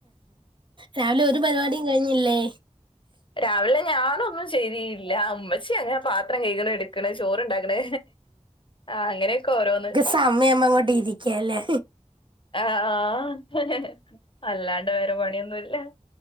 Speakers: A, on the right; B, on the left.
A: രാവിലെ ഒരു പരിപാടിയും കഴിഞ്ഞില്ലേ
B: രാവിലെ ഞാനൊന്നും ചെയ്തില്ല ഉമ്മച്ചി അങ്ങനെ പാത്രം കൈക്ണ് എടുക്കണ് ചോറുണ്ടാക്ക്ണ് ആഹ് അങ്ങനെയൊക്കെ ഓരോന്ന്
A: സമയം ആവുമ്പോ അങ്ങോട്ട് ഇരിക്കാല്ലേ
B: ആഹ് ആഹ് അല്ലാണ്ട് വേറെ പണിയൊന്നുല്ല